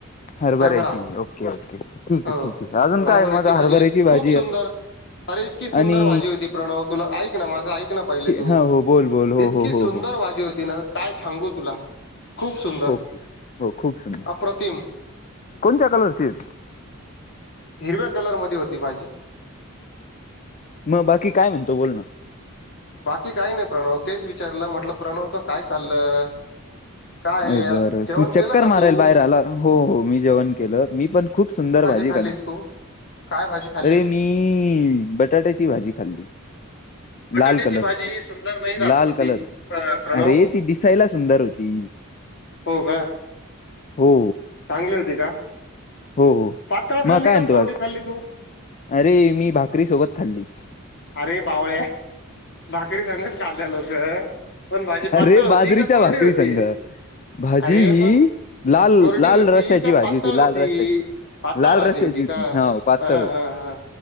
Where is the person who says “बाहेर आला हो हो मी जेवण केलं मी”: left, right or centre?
Left